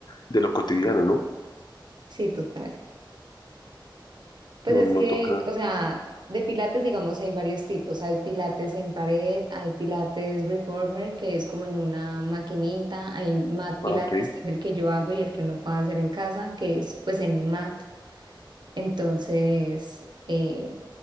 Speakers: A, on the left; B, on the right.
A: de lo cotidiano, ¿no?
B: Sí, total. Pues
A: No,
B: es
A: no
B: que,
A: toca.
B: o sea, de pilates, digamos, hay varios tipos. Hay pilates en pared, hay pilates reformer, que es como en una maquinita, hay mat pilates,
A: Ah, ok.
B: que es el que yo hago y el que uno puede hacer en casa, que es pues en un mat. Entonces, eh,